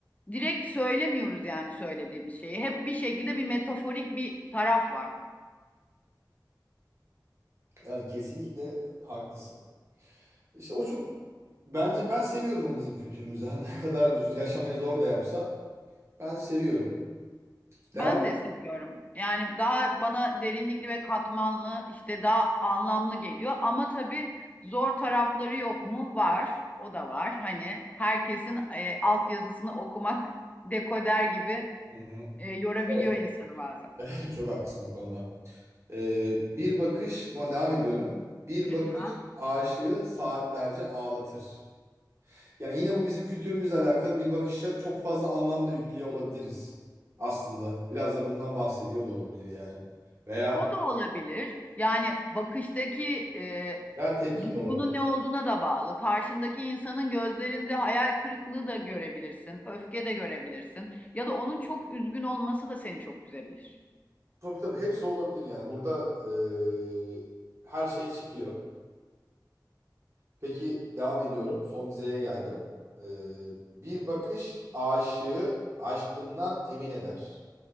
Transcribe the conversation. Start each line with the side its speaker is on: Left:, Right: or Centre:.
Left: Direkt söylemiyoruz yani söylediğimiz şeyi. Hep bir şekilde bir metaforik bir taraf var.
Right: yani kesinlikle haklısın. İşte o çok bence ben seviyorum onu bizim kültürümüzden. <laughs> Ne kadar yaşamayı zor da yapsa ben seviyorum.
Left: Ben
Right: Devam et.
Left: de seviyorum. Yani daha bana derinlikli ve katmanlı, işte daha anlamlı geliyor. Ama tabii zor tarafları yok mu? Var. O da var. Hani herkesin e, altyazısını okumak dekoder gibi
Right: Hı hı.
Left: e, yorabiliyor
Right: Zor.
Left: insanı bazen.
Right: <laughs> Çok haklısın o konuda. Ee, bir bakış, o zaman devam ediyorum. Bir
Left: Lütfen.
Right: bakış aşığı saatlerce ağlatır. Yani yine bu bizim kültürümüzle alakalı bir bakışa çok fazla anlamda yüklüyor olabiliriz aslında. Biraz da bundan bahsediyor da olabilir yani. Veya
Left: O da olabilir. Yani bakıştaki e,
Right: veya tepki
Left: duygunun
Right: de olabilir.
Left: ne olduğuna da bağlı. Karşındaki insanın gözlerinde hayal kırıklığı da görebilirsin, öfke de görebilirsin. Ya da onun çok üzgün olması da seni çok üzebilir.
Right: Tabii tabii hepsi olabilir yani. Burada eee, her şey çıkıyor. Peki devam ediyorum. Son dizeye geldim. Eee, bir bakış aşığı aşkından emin eder.